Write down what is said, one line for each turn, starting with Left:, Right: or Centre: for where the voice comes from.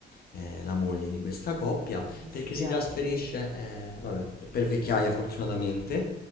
Left: eh, la moglie di questa coppia
Right: Ah, mi dispiace.
Left: perché si trasferisce, eh, vabbè, per vecchiaia fortunatamente,